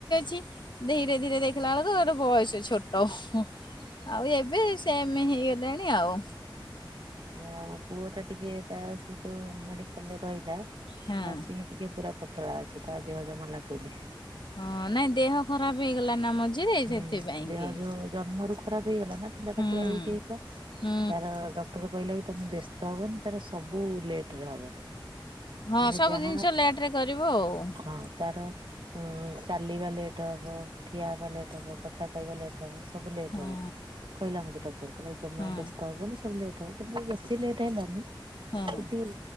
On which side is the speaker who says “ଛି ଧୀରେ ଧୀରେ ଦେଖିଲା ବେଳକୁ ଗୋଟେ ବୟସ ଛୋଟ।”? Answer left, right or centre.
Left